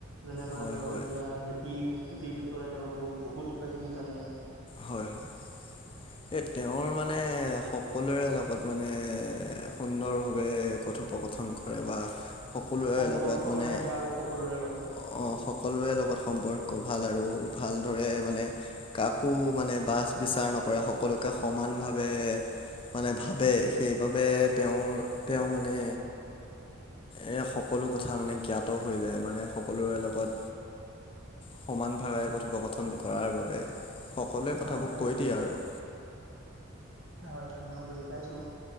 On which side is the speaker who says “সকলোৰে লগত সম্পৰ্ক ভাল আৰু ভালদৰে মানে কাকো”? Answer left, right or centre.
Left